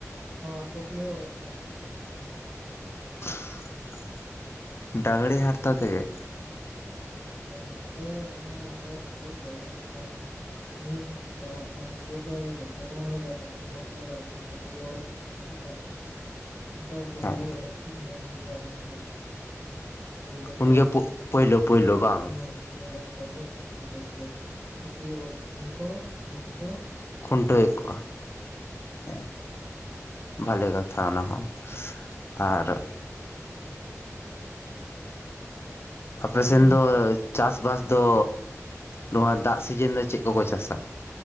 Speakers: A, on the right; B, on the left.
A: ᱱᱚᱣᱟ ᱯᱟᱹᱴᱭᱟᱹ ᱚᱲᱮᱡ ᱛᱮ
B: <unintelligible> ᱰᱟᱝᱨᱤ ᱦᱟᱨᱛᱟ ᱛᱮ ᱜᱮ
A: ᱟᱪᱪᱷᱟ ᱟᱞᱮ ᱚᱱᱟ ᱟᱞᱮ ᱥᱩᱨ ᱨᱮ ᱠᱷᱟᱱ ᱢᱤᱫ ᱚᱠᱛᱚ ᱠᱷᱟᱱ ᱤᱭᱟᱹ ᱫᱚ ᱵᱟᱠᱚᱧᱟᱢ ᱞᱮᱫᱟ ᱰᱟᱝᱨᱤ ᱦᱟᱨᱛᱟ ᱫᱚ ᱯᱟᱹᱴᱤᱭᱟᱹ ᱚᱲᱮᱡ <unintelligible> ᱟᱫᱚ ᱯᱟᱹᱴᱭᱟᱹ
B: ᱦᱮᱸ
A: ᱚᱲᱮᱡ ᱛᱤᱧ ᱧᱮᱞ ᱠᱮᱫᱟ ᱩᱱᱜᱮ ᱯᱳᱭᱞᱳ ᱠᱚ
B: ᱩᱱ ᱜᱮ ᱯᱳᱭᱞᱳ ᱯᱳᱭᱞᱳ ᱵᱟᱝ
A: ᱦᱮᱸ ᱧᱮᱞᱮᱫ ᱠᱚᱣᱟᱧ ᱤᱧᱟ ᱢᱮᱫ ᱛᱮᱫᱚ ᱡᱮ ᱯᱟᱹᱴᱤᱭᱟᱹ ᱚᱲᱮᱡ ᱛᱟᱦᱮᱱ ᱠᱚ <unintelligible>
B: ᱠᱷᱩᱱᱴᱟᱹᱣᱮᱫ ᱠᱚᱣᱟ ᱦᱮᱸ ᱵᱷᱟᱞᱮ ᱠᱟᱛᱷᱟ ᱚᱱᱟ ᱦᱚᱸ
A: <inaudible>
B: ᱟᱨ ᱟᱯᱮᱥᱮᱱ
A: ᱦᱮᱸ
B: ᱫᱚ ᱪᱟᱥ ᱵᱟᱥ ᱫᱚ ᱱᱚᱣᱟ ᱫᱟᱜ ᱥᱤᱡᱤᱱ ᱫᱚ ᱪᱮᱫ ᱠᱚᱠᱚ ᱪᱟᱥᱟ